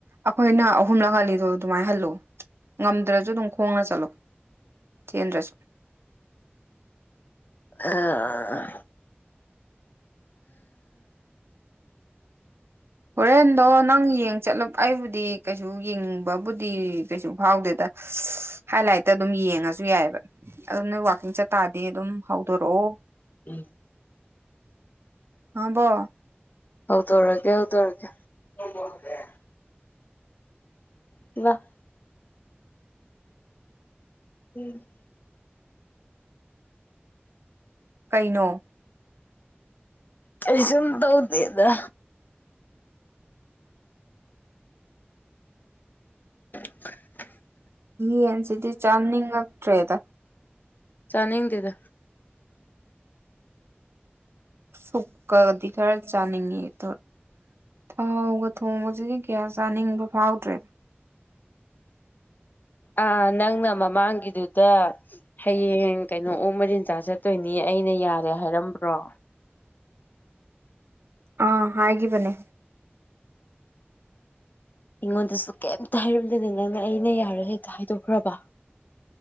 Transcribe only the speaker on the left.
ꯑꯥ
ꯎꯝ
ꯍꯧꯗꯣꯔꯛꯀꯦ ꯍꯧꯗꯣꯔꯛꯀꯦ <unintelligible> <unintelligible> ꯎꯝ
ꯀꯩꯁꯨꯨꯝ ꯇꯧꯗꯦꯗ <inaudible>
ꯆꯥꯅꯤꯡꯗꯦꯗ
ꯑꯥ ꯅꯪꯅ ꯃꯃꯥꯡꯒꯤꯗꯨꯗ ꯍꯌꯦꯡ ꯀꯩꯅꯣ ꯑꯣꯛ ꯃꯔꯤꯟ ꯆꯥꯥ ꯆꯠꯇꯣꯏꯅꯤ ꯑꯩꯅ ꯌꯥꯔꯣꯏ ꯍꯥꯏꯔꯝꯕ꯭ꯔꯣ
ꯑꯩꯉꯣꯟꯗꯁꯨ ꯀꯩꯝꯇ ꯍꯥꯏꯔꯝꯗꯅ ꯅꯪꯅ ꯑꯩꯅ ꯌꯥꯔꯣꯏ ꯍꯦꯛꯇ ꯍꯥꯏꯗꯣꯛꯈ꯭ꯔꯕ